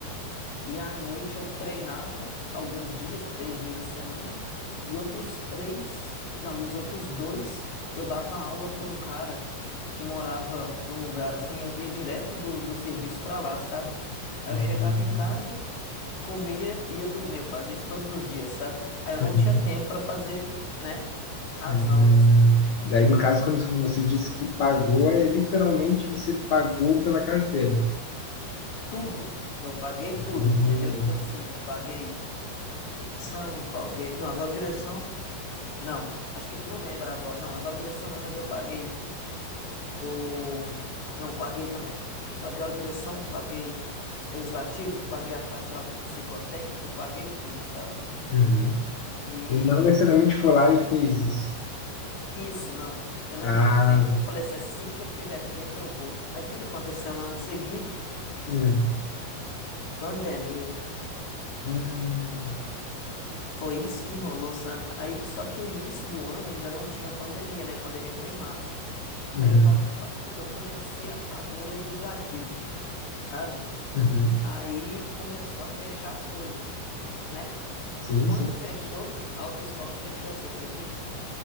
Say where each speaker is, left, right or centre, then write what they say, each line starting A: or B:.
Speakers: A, on the left; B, on the left.
A: e à noite eu treinava alguns dias, três dias a semana, e outros três, não, e os outros dois eu dava aula para um cara que morava num lugar assim, eu ia direto do, do serviço para lá, sabe? Aí
B: Uhum,
A: eu chegava em casa, Comia e ia dormir. Eu fazia isso todos os dias, sabe? Aí eu
B: uhum,
A: não tinha tempo pra fazer, né? As
B: uhum.
A: aulas.
B: Daí, no caso, quando você disse que pagou, é literalmente você pagou pela carteira.
A: Tudo. Eu paguei tudo,
B: Uhum,
A: entendeu? Tipo assim, paguei direção, paguei. Não, as aulas de direção, não. Acho que. Não lembro agora. Não, as aulas de direção não, mas eu paguei. O. Não, paguei também. Paguei a aula de direção, paguei legislativo, paguei a taxa lá do psicotécnico, paguei tudo, sabe?
B: uhum.
A: E.
B: E não necessariamente foi lá e fez isso.
A: Isso, não. Eu não
B: Ah,
A: tinha tempo. Eu falei assim, assim que eu tiver tempo eu vou. Adivinha o que aconteceu no ano seguinte?
B: hum.
A: Pandemia.
B: Hum,
A: Foi isso que rolou, sabe? Aí, só que o início do ano ainda não tinha pandemia, né? A pandemia foi em março.
B: uhum,
A: Aí eu tava, fa- eu comecei a fazer o legislativo, sabe?
B: uhum.
A: Aí começou a fechar as coisas, né?
B: Sim,
A: Quando
B: sim.
A: fechou, a autoescola fechou, você acredita?